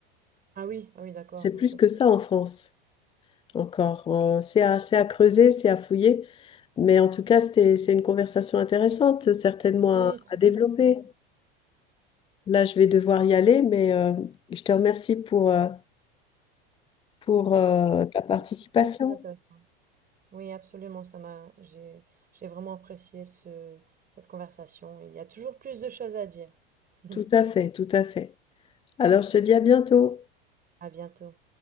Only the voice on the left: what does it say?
C'est
plus
que
ça en France encore. Euh, c'est à, c'est à creuser, c'est à fouiller, mais en tout cas, c'était, c'est une conversation intéressante, certainement
à,
à développer.
Là, je vais devoir y aller, mais euh, je te remercie pour, euh, pour euh, ta participation.
Tout
à fait, tout à fait. Alors, je te dis à bientôt.